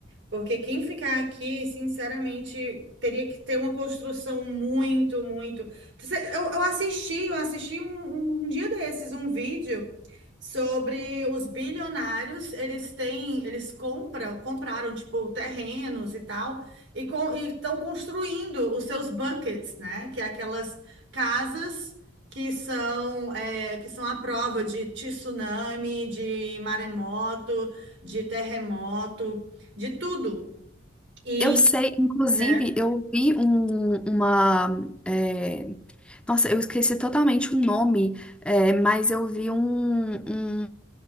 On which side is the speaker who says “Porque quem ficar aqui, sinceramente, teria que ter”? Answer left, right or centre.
Right